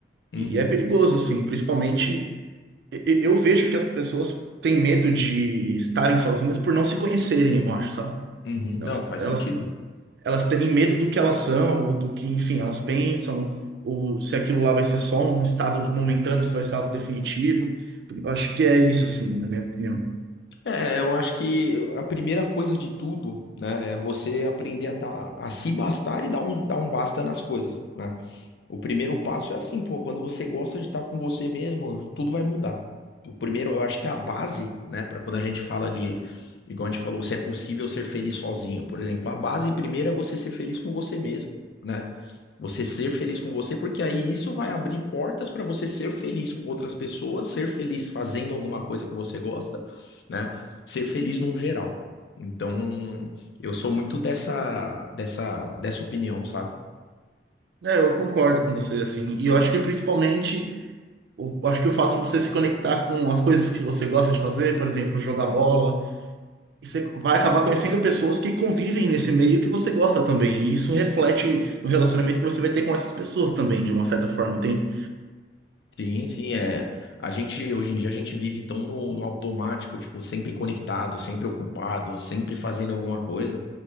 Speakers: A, on the left; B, on the right.
A: Uhum,
B: E é perigoso, assim, principalmente e- e- eu vejo que as pessoas têm medo de estarem sozinhas por não se conhecerem, eu acho, sabe?
A: uhum, não,
B: Elas,
A: faz
B: elas
A: sentido.
B: elas terem medo do que elas são, ou do que, enfim, elas pensam, ou se aquilo lá vai ser só um estado momentâneo, se vai ser algo definitivo. Eu acho que é isso, assim, na minha opinião.
A: É, eu acho que a primeira coisa de tudo, né, é você aprender a dar, a se bastar e dar um, dar um basta nas coisas, né? O primeiro passo é assim, pô, quando você gosta de estar com você mesmo, tudo vai mudar. O primeiro, eu acho que é a base, né, para quando a gente fala de, igual a gente falou, você é possível ser feliz sozinho, por exemplo. A base primeiro é você ser feliz com você mesmo, né? Você ser feliz com você, porque aí isso vai abrir portas para você ser feliz com outras pessoas, ser feliz fazendo alguma coisa que você gosta, né? Ser feliz num geral. Então, eu sou muito dessa dessa dessa opinião, sabe?
B: É, eu concordo com você, assim, e eu acho que principalmente, o- eu acho que o fato de você se conectar com as coisas que você gosta de fazer, por exemplo, jogar bola, e você vai acabar conhecendo pessoas que convivem nesse meio que você gosta também, e isso reflete no relacionamento que você vai ter com essas pessoas também, de uma certa forma, entende?
A: Sim, sim, é. A gente, hoje em dia, a gente vive tão no, no automático, tipo, sempre conectado, sempre ocupado, sempre fazendo alguma coisa.